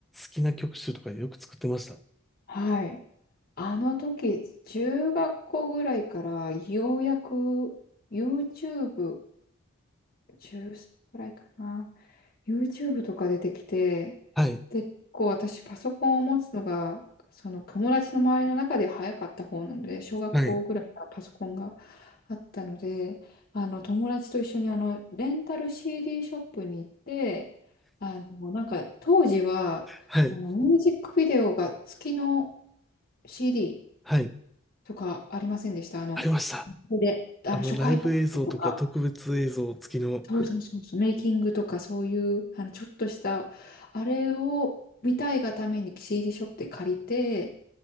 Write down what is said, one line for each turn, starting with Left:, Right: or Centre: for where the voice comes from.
Centre: きな曲集とかよく作ってました。
Left: はい。あの時、中学校ぐらいから、ようやく YouTube、中3ぐらいかな。YouTube とか出てきて、
Centre: はい、
Left: で、結構私パソコンを持つのが、その友達の周りの中で早かった方なので、小学校ぐらいからパソコンが
Centre: はい、
Left: あったので、あの友達と一緒にあのレンタル CD ショップに行って、あのなんか当時はあのミュージックビデオが月の
Centre: はい、
Left: CD
Centre: はい、
Left: とかありませんでした。あの、
Centre: ありました。
Left: で、あの初回特典とか。
Centre: あの、ライブ映像とか特別映像付きの、
Left: そうそうそうそう、メイキングとかそういう、あの、ちょっとした、あれを見たいがために CD ショップで借りて、